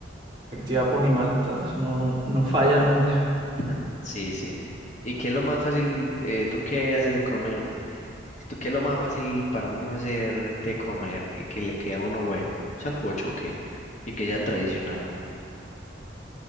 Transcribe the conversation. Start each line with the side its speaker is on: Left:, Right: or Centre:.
Right: respectiva ponimalta, eso no, no falla nunca.
Left: <laughs> Ujú, Sí, sí. ¿Y qué es lo más fácil, eh, tú qué haces de comer? ¿Tú qué es lo más fácil para uno hacer de comer y que le queda a uno bueno? Sancocho, ok. Y que sea tradicional.